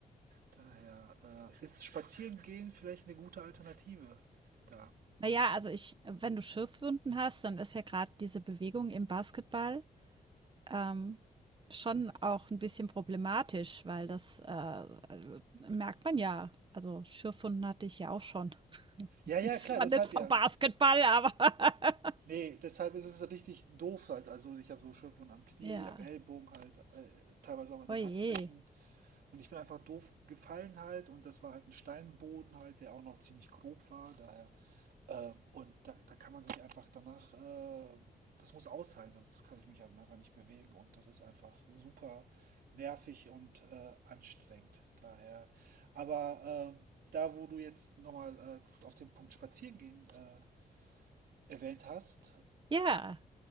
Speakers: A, on the right (about 85°); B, on the right (about 35°).
A: Daher äh, ist Spazierengehen vielleicht eine gute Alternative da.
B: Na ja, also ich wenn du Schürfwunden hast, dann ist ja gerade diese Bewegung im Basketball, ähm, schon auch ein bisschen problematisch, weil das, äh, äh, merkt man ja. Also, Schürfwunden hatte ich ja auch schon.
A: Ja,
B: <laughs>
A: ja,
B: Zwar
A: klar, deshalb
B: nicht vom
A: ja.
B: Basketball, aber <laughs>
A: Nee, deshalb ist es richtig doof halt. Also ich habe so Schürfwunden am Knie,
B: ja.
A: am Ellbogen halt, äh, teilweise auch an den
B: oje.
A: Handflächen. Und ich bin einfach doof gefallen halt und das war halt ein Steinboden halt, der auch noch ziemlich grob war, daher. Äh, und da, da kann man sich einfach danach, äh, das muss aushalten, sonst kann ich mich halt einfach nicht bewegen und das ist einfach super nervig und äh, anstrengend, daher. Aber äh, da, wo du jetzt nochmal äh, auf den Punkt Spazieren gehen äh, erwähnt hast,
B: Ja.